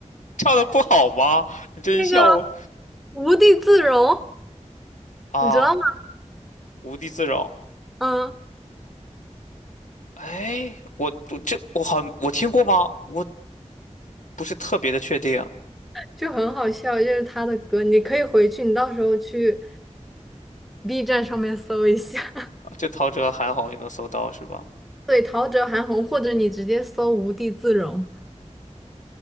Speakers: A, on the left; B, in the centre.
A: 唱的不好吗？你这一笑我
B: 那个无地自容，
A: 啊，
B: 你知道吗？
A: 无地自容。
B: 嗯，
A: 哎，我我这我好像我听过吗？我不是特别的确定，
B: 就很好笑，就是他的歌，你可以回去，你到时候去 B 站上面搜一下，<laughs>
A: 就陶喆、韩红就能搜到是吧？
B: 对，陶喆、韩红，或者你直接搜无地自容。